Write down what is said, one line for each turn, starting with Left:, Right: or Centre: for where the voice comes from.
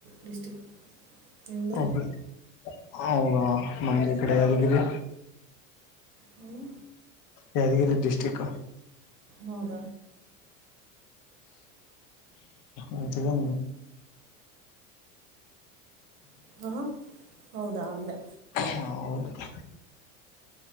Right: ಡಿಸ್ಟ್ರಿಕ್ ನಿಮ್ಮದು
Left: ಒಬ್ಬ ಹೌದಾ ನಮ್ದಿ ಈ ಕಡೆ ಯದಗಿದೆ
Right: ಹ್ಞೂ
Left: ಯಾದಗಿರಿ ಡಿಸ್ಟ್ರಿಕ್
Right: ಹೌದ
Left: ಅಂತಗ <inaudible>
Right: ಹಾ ಹೌದ ಆಮಲೆ
Left: ಹ ಅವೌ <unintelligible>